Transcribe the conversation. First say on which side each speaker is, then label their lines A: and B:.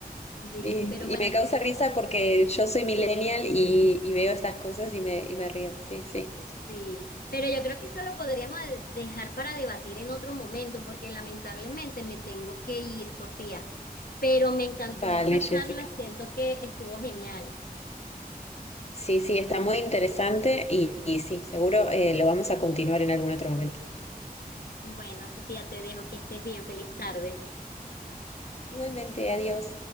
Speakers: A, on the left; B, on the left.
A: sí,
B: Y,
A: pero bueno,
B: y me causa risa porque yo soy millennial y, y veo estas cosas y me, y me río. Sí, sí.
A: sí, pero yo creo que eso lo podríamos de- dejar para debatir en otro momento, porque lamentablemente me tengo que ir, Sofía. Pero me encantó
B: Vale,
A: esta
B: Jessica.
A: charla, siento que estuvo genial.
B: Sí, sí, está muy interesante y, y sí, seguro eh, lo vamos a continuar en algún otro momento.
A: Bueno, Sofía, te dejo que estés bien, feliz tarde.
B: Igualmente, adiós.